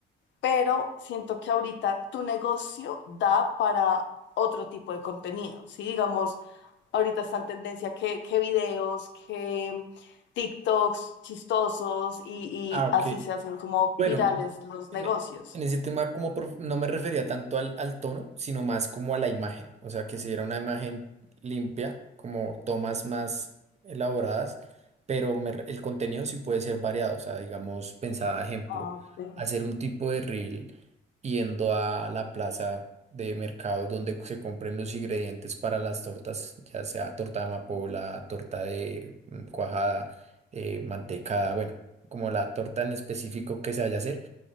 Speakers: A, on the left (about 65°); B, on the right (about 35°).
A: pero siento que ahorita tu negocio da para otro tipo de contenido, ¿sí? Digamos, ahorita está en tendencia que, que videos, que TikToks chistosos y,
B: Ah,
A: y
B: ok.
A: así se hacen como
B: Bueno,
A: virales los
B: en,
A: negocios.
B: e- en ese tema como prof- no me refería tanto al, al tono, sino más como a la imagen. O sea, que si era una imagen limpia, como tomas más elaboradas, pero me re- el contenido sí puede ser variado. O sea, digamos, pensaba, ejemplo,
A: Ah, Okay.
B: hacer un tipo de reel yendo a la plaza de mercado donde se compren los ingredientes para las tortas, ya sea torta de amapola, torta de mm, cuajada, eh, mantecada, bueno como la torta en específico que se vaya a hacer